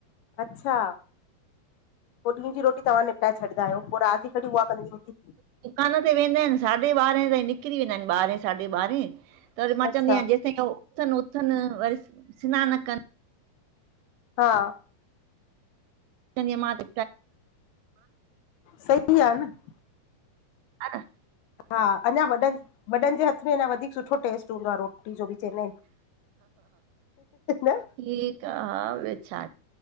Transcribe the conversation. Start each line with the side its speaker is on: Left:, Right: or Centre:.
Left: अच्छा। पोइ ॾींं जी रोटी तव्हां निपटाए छॾदा आहियो। पोइ राति कॾी उहा कंदी हूंदी?
Right: कान ते वेंदा आहिनि, साढे ॿारह ताईं निकिरी वेंदा आहिनि ॿारहें साढी ॿारहें, त वरी मां
Left: अच्छा
Right: चवंदी आयां जेसीं उथनि- उथनि, वरी सिनान कनि
Left: हा
Right: चवंदी आहियां मां त
Left: स <unintelligible> इ आहे न <unintelligible>
Right: अ <unintelligible>
Left: हा अञां वॾनि, वॾनि जे हथ में अञा वधीक सुठो टेस्ट हूंदो रो जो बि चेइनान ना <unintelligible>
Right: ठीकु आह, हा ॿियो छा।